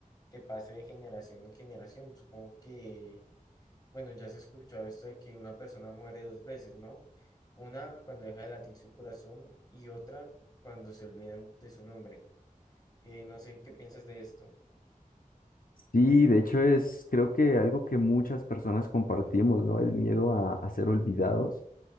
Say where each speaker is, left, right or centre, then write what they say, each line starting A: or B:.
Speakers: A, on the left (about 30°); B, on the left (about 80°).
A: que pase de generación en generación. Supongo que, bueno, ya se ha escuchado esto de que una persona muere dos veces, ¿no? Una cuando deja de latir su corazón y otra cuando se olvidan de su nombre. Eh, no sé qué piensas de esto.
B: Sí, de hecho es creo que algo que muchas personas compartimos, ¿no? El miedo a, a ser olvidados